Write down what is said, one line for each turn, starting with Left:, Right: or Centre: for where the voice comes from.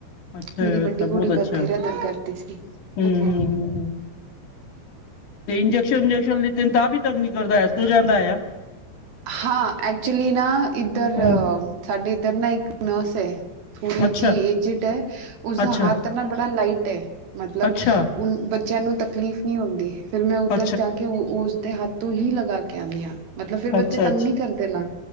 Left: ਅੱਛਾ
Right: ਮੇਰੀ ਵੱਡੀ
Left: ਤਾਂ ਬਹੁਤ
Right: ਕੁੜੀ
Left: ਅੱਛਾ
Right: ਬਥੇਰਾ ਤੰਗ ਕਰਦੀ ਸੀ
Left: ਹੂੰ
Right: ।
Left: ਹੂੰ ਹੂੰ ਹੂੰ ਤੇ ਇੰਜੈਕਸ਼ਨ ਇੰਜੈਕਸ਼ਨ ਲ ਤਾਂ ਵੀ ਤੱਕ ਨੀ ਕਰਦਾ ਹੈ ਸੋ ਜਾਂਦਾ ਹੈ।
Right: ਹਾਂ ਐਕਚੁਲੀ ਨਾ ਇੱਧਰ
Left: ਹੂੰ
Right: ਸਾਡੇ ਇੱਧਰ ਨਾ ਇੱਕ ਨਰਸ ਹੈ। ਥੋੜੀ
Left: ਅੱਛਾ
Right: ਜਿਹੀ ਏਜਟ ਹੈ ਉਸਦਾ
Left: ਅੱਛਾ
Right: ਹੱਥ ਨਾ ਬੜਾ ਲਾਈਟ ਹੈ। ਮਤਲਬ
Left: ਅੱਛਾ
Right: ਬੱਚਿਆਂ ਨੂੰ ਤਕਲੀਫ਼ ਨਹੀਂ ਹੁੰਦੀ ਫਿਰ ਮੈਂ ਉੱਧਰ
Left: ਅੱਛਾ
Right: ਜਾ ਕੇ ਉਸਦੇ ਹੱਥ ਤੋਂ ਹੀ ਲਗਾ। ਕਿਆ ਆ। ਮਤਲਬ ਫਿਰ
Left: ਅੱਛਾ
Right: ਬੱਚੇ
Left: ਅੱਛਾ
Right: ਤੰਗ ਨਹੀਂ ਕਰਦੇ ਨਾ,